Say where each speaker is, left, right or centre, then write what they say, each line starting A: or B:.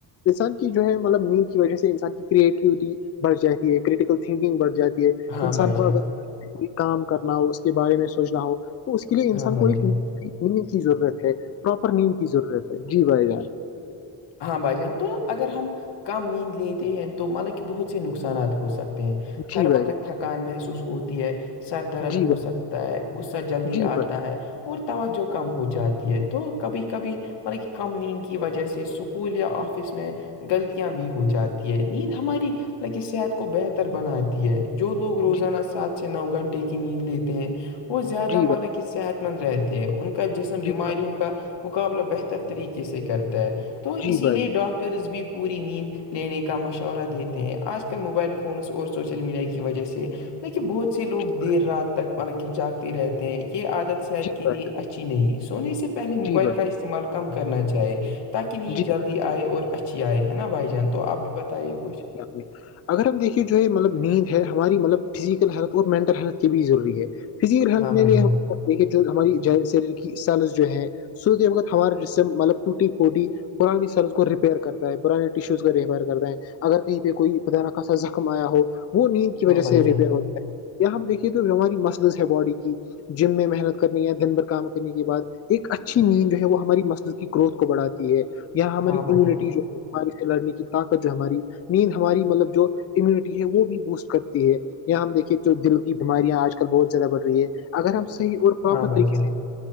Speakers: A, on the left (about 35°); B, on the left (about 65°).
A: انسان کی جو ہے مطلب نیند کی وجہ سے انسان کی کریٹیوٹی بڑھ جاتی ہے کریٹیکل تھنکنگ بڑھ جاتی ہے
B: ہاں
A: انسان
B: بھائی
A: کو
B: جان
A: اگر کو کام کرنا ہو اس کے بارے میں سوچنا ہو تو اس کے لیے انسان
B: ہاں بھائی
A: کو ایک
B: جان
A: نیند کی ضرورت ہے پراپر نیند کی ضرورت ہے جی بھائی جان
B: ہاں بھائی جان تو اگر ہم کم نیند لیتے ہیں تو مطلب کہ بہت سے نقصانات ہو سکتے ہیں
A: جی
B: ہر
A: بھائی
B: وقت
A: جان
B: تھکان محسوس ہوتی ہے سر درد
A: جی
B: ہو
A: بھائی
B: سکتا ہے غصہ جلدی
A: جی بھائی
B: آتا
A: جان
B: ہے اور توجہ کم ہو جاتی ہے تو کبھی کبھی ملب کم نیند کی وجہ سے اسکول یا آفس میں غلطیاں بھی ہو جاتی ہے نیند ہماری کی صحت کو بہتر بناتی ہے جو لوگ روزانہ
A: جی بھائی
B: سات سے نو گھنٹے کی نیند لیتے ہیں وہ زیادہ ملک
A: جان
B: صحت مند رہتی ہے ان کا جسم بیماریوں
A: جی بھائی
B: کا مقابلہ بہتر طریقے سے کرتا ہے تو
A: جی
B: اسی
A: بھائی
B: لیے
A: جی بھائی جی بھائی جی بھائی
B: ڈاکٹر ٹرز بھی پوری نیند لینے کا مشورہ دیتے ہیں آج کل موبائل ف فونس اور سوشل میڈیا کی وجہ سے ل کہ بہت سے لوگ
A: جی
B: دیر
A: بھائی
B: رات تک مطلب کہ جاگتے رہتے ہیں یہ عادت صحت
A: جی
B: کے لیے
A: بھائی
B: اچھی نہیں سونے سے پہلے موبائل
A: جی بھائی
B: کا استعمال کم کرنا چاہے تاکہ نیند جلدی
A: جی
B: آئے اور اچھی آئے ہے نا بھائی جان تو آپ بھی بتائیے کچھ
A: جی اگر ہم دیکھیے جو ہے مطلب نیند ہے ہماری مطلب فزیکل ہیلتھ اور مینٹل ہیلتھ کے بھی ضروری ہے فزیکل ہیلتھ
B: ہاں بھائی
A: میں ہم
B: جان
A: دیک ہماری شریر کی سیلز جو ہے سو کے وقت ہمارے جسم مطلب ٹوٹی پوٹی پرانی سرز کو ریپیئر کرتا ہے پرانے ٹیشوز ریپیئر کر دیں اگر کہیں پہ کوئی خدا نہ خاصا زخم آیا ہو وہ نیند کی
B: ہاں
A: وجہ
B: بھائی
A: سے ریپیئر
B: جان
A: ہوتا یا ہم دیکھیے تو جو ہماری مسلس ہے باڈی کی جم میں محنت کرنی یا دن بھر کام کرنے کے بعد ایک اچھی نیند جو ہے وہ ہماری مسل کی گروتھ کو بڑھاتی ہے یہاں ہماری
B: ہاں بھائی
A: امیونٹی
B: جان
A: جو ہے بیماری سے لڑنے کی طاقت جو ہماری نیند ہماری مطلب جو امیونٹی ہے وہ بھی بوسٹ کرتی ہے یہاں ہم دیکھیے تو دل کی بیماریاں آج کل بہت زیادہ بڑھ رہی ہے اگر ہم صح اور پراپر
B: ہاں بھائی
A: طریقے
B: جان
A: سے